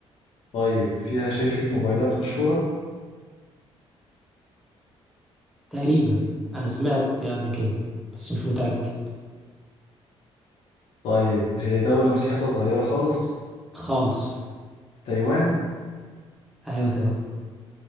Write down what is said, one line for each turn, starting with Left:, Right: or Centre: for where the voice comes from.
Left: طيب فيها شركة موبايلات مشهورة
Centre: تقريبا انا سمعت قبل كده بس مش متأكد
Left: طيب هي دولة مساحتها صغيرة خالص
Centre: خالص
Left: تايوان
Centre: ايوه تمام